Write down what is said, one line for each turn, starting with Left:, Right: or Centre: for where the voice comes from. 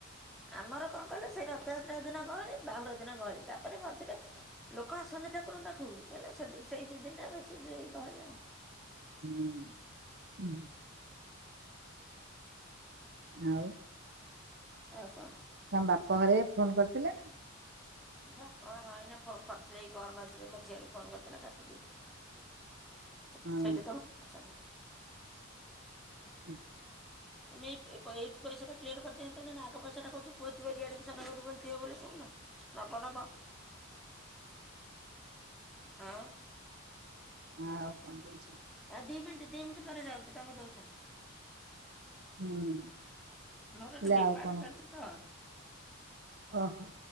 Centre: ଆମର କଣ କହିଲ ସେଇ ରଥଯାତ୍ରା ଦିନ ଗହଳି ବାହୁଡ଼ା ଦିନ ଗହଳି ତାପରେ ମଝିରେ ଲୋକ ଆସନ୍ତି ଠାକୁରଙ୍କ ପାଖକୁ ହେଲେ ସେ ସେଇ ଦିଦିନଟା ବେଶୀ ସେଇ ଗହଳି ଆଉ।
Right: ହୁଁ ହୁଁ। ଆଉ।
Centre: ଆଉ କଣ?
Right: ତମ ବାପ ଘରେ ଫୋନ୍ କରିଥିଲେନା?
Centre: ବାପ ଘର ହଇନା ଫୋନ୍ କରିଥିଲେ ଏଇ ଗରମାରେ ମୋ ଝିଅରେ ଫୋନ୍ କରିଥିଲା କାଟି ଦେଇଚି।
Right: ହଁ।
Centre: ସେଠି <unintelligible> ତମ ଅଛନ୍ତି।
Right: ହୁଁ।
Centre: ତମେ ଏ ପ ଏଇ ଏଇ ଏଇସା ଟା କ୍ଲିୟର କରିଦିଅନ୍ତନିନା ଆଗ ପଇସାଟା କୋଉଠି ପୁଅ ଜିବ ରିଆଡ଼ମିଶନ କରିବ ବୋଲି ଦିିଅ ବୋଲି ଶୁଣୁନ। ଲାବ ନବ
Right: <inaudible>
Centre: ଆଉ?
Right: ଆଉ କଣ ଦେଇଚ?
Centre: ଆଉ ଦି ମିନିଟ୍ ଦି ମିନିଟ୍ ପରେ ଯାଉଚି ତାଙ୍କୁ ଦଉଥା।
Right: ହୁଁ।
Centre: ମୋର
Right: ହେଲେ
Centre: ଗୋଟେ ବେପାର
Right: ଆଉ କଣ
Centre: ଚାଲିଚିତ।
Right: ଓହୋ